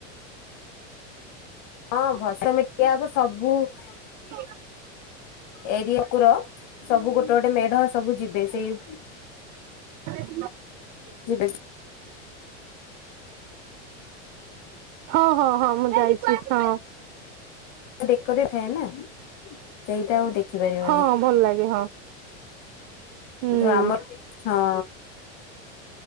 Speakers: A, on the left; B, on the right.
A: ହଁ ଭସମେ <unintelligible> ହବ ସବୁ ବୁ-
B: ହ
A: ଏରିଆକୁର ସବୁ ଗୋଟେ ଗୋଟେ ମେଢ ସବୁ ଯିବେ ସେଇ
B: <unintelligible>
A: ଯିବେ
B: ହଁ ହଁ ହଁ ମୁଁ ଯାଇଛି ହଁ।
A: ଡେକୋରେଟ ଥାଏ ନା ସେଇଟା ଆଉ ଦେଖିପାରିବାନି
B: ହଁ ଭଲ ଲାଗେ ହଁ। ହୁଁ
A: କିନ୍ତୁ ଆମର ହଁ